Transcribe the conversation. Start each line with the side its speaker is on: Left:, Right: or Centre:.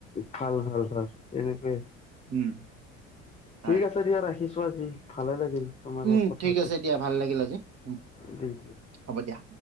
Left: ভাল ভাল ভাল এনেকৈয়ে ভাল।
Right: উম
Left: ঠিক
Right: হয়
Left: আছে দিয়া ৰাখিছো আজি ভালে লাগিল। তোমাৰ
Right: উম
Left: লগত কথা
Right: ঠিক
Left: পাতি
Right: আছে দিয়া ভাল লাগিল আজি উ
Left: দি দিয়া
Right: হ'ব দিয়া।